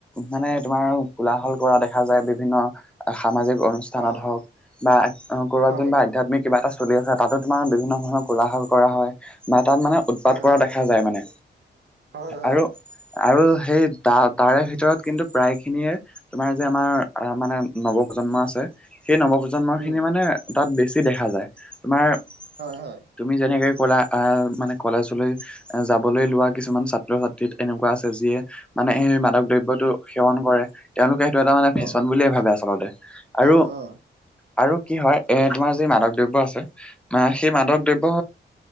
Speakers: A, in the centre; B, on the right.
A: মানে তোমাৰ কোলাহল কৰা দেখা যায় বিভিন্ন সামাজিক অনু স্থানত
B: অ
A: হওঁক বা ক'ৰবাত
B: হয়
A: যেনিবা আধ্যাত্মিক কিবা এটা চলি আছে তাতো তোমাৰ বিভিন্ন ধৰণৰ কোলাহাল কৰা হয় বা তাত মানে উৎপাত
B: হয়
A: কৰা
B: হয়
A: দেখা যায় মানে
B: হয় হয়
A: আৰু আৰু সেই তা তাৰে ভিতৰত কিন্তু প্ৰায় খিনিয়ে তোমাৰ যে আমাৰ আহ মানে নৱপ্ৰজন্ম আছে সেই নৱপ্ৰজন্ম
B: উম
A: খিনিয়ে মানে তাত বেছি দেখা যায় তোমাৰ
B: হয় হয়
A: তুমি যেনেকে কলা আহ মানে কলেজলৈ এ যাবলৈ লোৱা কিছুমান ছাত্ৰ ছাত্ৰীত এনেকুৱা আছে যিয়ে মানে সেই মাদক দ্ৰব্যটো সেৱন কৰে তেওঁলোকে সেইটো এটা মানে ফেশ্বন
B: অ
A: বুলিয়ে ভাবে আচলতে আৰু
B: অ অ
A: আৰু কি হয় এ তোমাৰ যি মাদক দ্ৰব্য আছে মা সেই মাদক দ্ৰব্য